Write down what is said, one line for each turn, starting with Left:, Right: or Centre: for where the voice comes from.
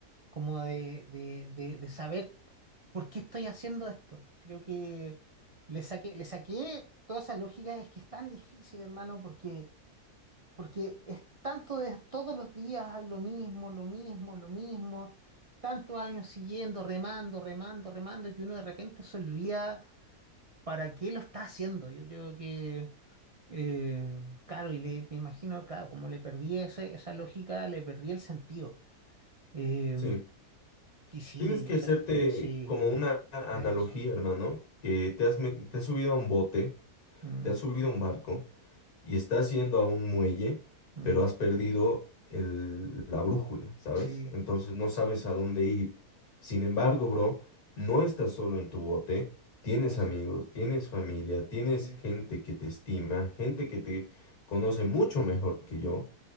Right: como de, de, de, de saber por qué estoy haciendo esto. Creo que le saqué, le saqué toda esa lógica, es que es tan difícil, hermano, porque Porque es tanto de todos los días lo mismo, lo mismo, lo mismo, tantos años siguiendo, remando, remando, remando, que uno de repente se olvida para qué lo está haciendo. Yo creo que, eh, claro, y le, me imagino, claro, como le perdí ese- esa lógica, le perdí el sentido. Eh,
Left: Sí.
Right: y sí,
Left: Tienes que
Right: o sea,
Left: hacerte
Right: sí,
Left: como una analogía,
Right: tienes razón.
Left: hermano, que te has, met- te has subido a un bote,
Right: Mm,
Left: te has subido a un barco y estás yendo a un muelle,
Right: mm,
Left: pero has perdido el- la brújula, ¿sabes?
Right: sí,
Left: Entonces no sabes a dónde ir. Sin embargo, bro, no estás solo en tu bote, tienes
Right: gracias.
Left: amigos, tienes familia, tienes
Right: Sí.
Left: gente que te estima, gente que te conoce mucho mejor que yo.